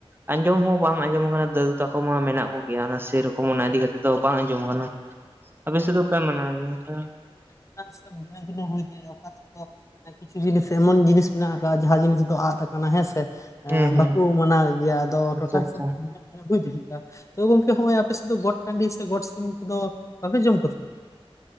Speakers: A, on the right (about 20°); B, on the left (about 30°).
A: ᱟᱸᱡᱚᱢ ᱦᱚᱸ ᱵᱟᱝ ᱟᱸᱡᱚᱢ ᱠᱟᱱᱟ ᱫᱟᱫᱩ ᱛᱟᱠᱚ ᱢᱟ ᱢᱮᱱᱟᱜ ᱠᱚᱜᱮᱭᱟ, ᱚᱱᱟ ᱥᱮᱨᱚᱠᱚᱢ ᱚᱱᱟ ᱤᱫᱤ ᱠᱟᱛᱮᱜ ᱫᱚ ᱵᱟᱝ ᱟᱸᱡᱚᱢ ᱠᱟᱱᱟ᱾ ᱟᱯᱮᱥᱮᱜ ᱫᱚᱯᱮ ᱢᱟᱱᱟᱣ ᱜᱮᱭᱟ <unintelligible>
B: ᱴᱚᱴᱟ ᱦᱤᱥᱟᱹᱵ ᱵᱷᱤᱱᱟᱹ ᱵᱷᱤᱱᱟᱹ ᱦᱳᱭᱫᱟᱲᱮᱭᱟᱜ ᱚᱠᱟ ᱥᱮᱫ ᱫᱚ <inaudible> ᱮ ᱠᱤᱪᱷᱩ ᱡᱤᱱᱤᱥ ᱮᱢᱚᱱ ᱡᱤᱱᱤᱥ ᱢᱮᱱᱟᱜ ᱠᱟᱜᱼᱟ, ᱡᱟᱦᱟᱸ ᱡᱤᱱᱤᱥ ᱫᱚ ᱟᱫ ᱠᱟᱱᱟ ᱦᱮᱸᱥᱮ᱾
A: ᱦᱩᱸ
B: ᱦᱮᱸ
A: ᱦᱩᱸ
B: ᱵᱟᱠᱚ ᱢᱟᱱᱟᱣᱮᱫ ᱜᱮᱭᱟ ᱟᱫᱚ
A: ᱟᱪᱪᱷᱟ
B: ᱴᱚᱴᱷᱟ
A: ᱟᱪᱪᱷᱟ
B: ᱦᱤᱥᱟᱹᱵ ᱛᱮ ᱦᱩᱭ ᱫᱟᱲᱮᱭᱟᱜᱼᱟ ᱛᱚ ᱜᱚᱝᱠᱮ ᱦᱚᱸᱜ ᱚᱭ ᱟᱯᱮᱥᱮᱫ ᱫᱚ ᱜᱚᱴ ᱴᱟᱺᱰᱤ ᱥᱮ ᱜᱚᱴ ᱥᱤᱢ ᱠᱚᱫᱚ ᱵᱟᱯᱮ ᱡᱚᱢ ᱠᱚᱛᱮ